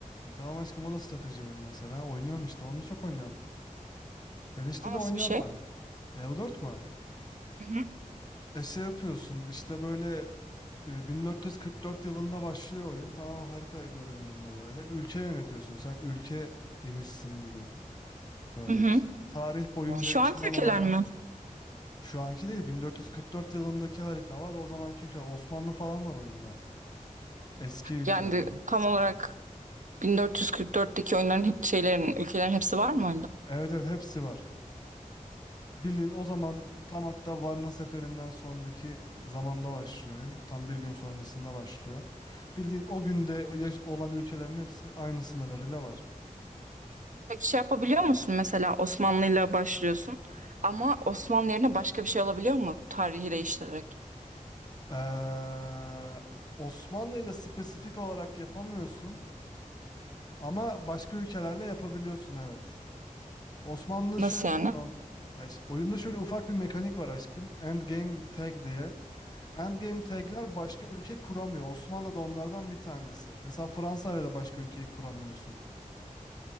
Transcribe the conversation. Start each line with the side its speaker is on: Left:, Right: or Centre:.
Left: E tamam aşkım o da strateji oyunu mesela. Oynuyorum işte onu çok oynuyorum. Ben işte
Right: O nasıl
Left: de oynuyorum
Right: bir şey?
Left: ben. eu dört mü?
Right: Hı hı.
Left: E şey yapıyorsun işte böyle e, 1444 yılında başlıyor oyun. Tamamen harita görünümünde böyle. Ülke yönetiyorsun sen. Ülke imişsin gibi böyle
Right: Hı hı.
Left: işte. Tarih boyunca
Right: Şu
Left: yaşanan
Right: anki ülkeler
Left: olaylar.
Right: mi?
Left: Şu anki değil 1444 yılındaki harita var. O zamanki ülke Osmanlı falan var oyunda. Eski ülkeler.
Right: Yani tam olarak 1444'teki oyunların hep şeylerin ülkelerin hepsi var mı
Left: Evet evet hepsi var. Bilin o zaman tam hatta Varna seferinden sonraki zamanda başlıyor oyun. Tam bir gün sonrasında başlıyor. Bildiğin o günde o yaş- olan ülkelerin hepsi aynı sınırlarıyla var.
Right: Peki şey yapabiliyor musun mesela Osmanlı'yla başlıyorsun ama Osmanlı yerine başka bir şey olabiliyor mu tarihi değiştirerek?
Left: Ee, Osmanlı ile spesifik olarak yapamıyorsun ama başka ülkelerle yapabiliyorsun evet. Osmanlı
Right: Nasıl
Left: şöyle
Right: yani?
Left: Ay, ş- oyunda şöyle ufak bir mekanik var aşkım. Endgame tag diye. Endgame tag'ler başka ülke kuramıyor. Osmanlı da onlardan bir tanesi. Mesela Fransa ile de başka ülkeyi kuramıyorsun.